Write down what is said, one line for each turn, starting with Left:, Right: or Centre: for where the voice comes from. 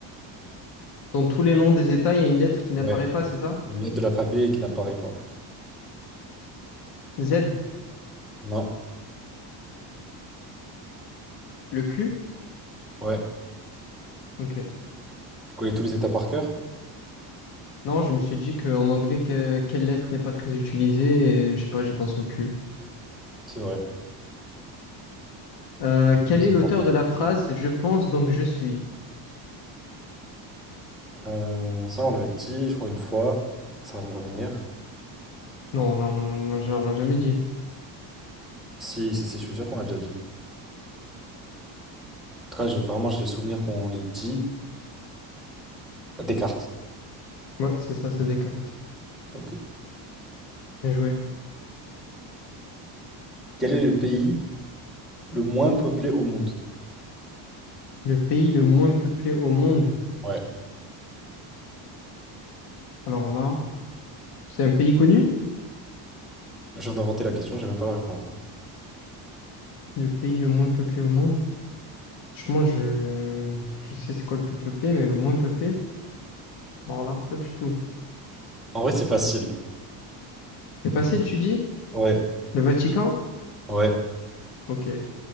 Left: Dans tous les noms des États, il y a une lettre qui n'apparaît
Centre: Ouais.
Left: pas, c'est ça?
Centre: Une lettre de l'alphabet qui n'apparaît pas.
Left: Z,
Centre: Non.
Left: le Q?
Centre: Ouais.
Left: Ok.
Centre: Tu connais tous les États par cœur?
Left: Non, je me suis dit qu'en anglais, que- quelle lettre n'est pas très utilisée? Et, je sais pas, j'ai pensé au Q.
Centre: C'est vrai.
Left: Euh,
Centre: Deuxièmement.
Left: quel est l'auteur de la phrase Je pense donc je suis?
Centre: Euh, ça, on l'avait dit, je crois, une fois. Ça va me revenir.
Left: Non, non, non, non, on l'a jamais dit.
Centre: Si, si, si, je suis sûr qu'on l'a déjà dit. En tout cas, j'ai vraiment, j'ai le souvenir qu'on l'ait dit. Descartes.
Left: Ouais, c'est ça, c'est Descartes.
Centre: Ok.
Left: Bien joué.
Centre: Quel est le pays le moins peuplé au monde?
Left: Le pays le moins peuplé au monde.
Centre: Ouais.
Left: Alors là, c'est un pays connu?
Centre: Je viens d'inventer la question, j'ai même pas la réponse. hein.
Left: Le pays le moins peuplé au monde. Franchement, je, je sais c'est quoi le plus peuplé, mais le moins peuplé? Alors là, pas du tout.
Centre: En vrai, c'est facile.
Left: C'est facile, tu dis?
Centre: Ouais.
Left: Le Vatican?
Centre: Ouais.
Left: Ok.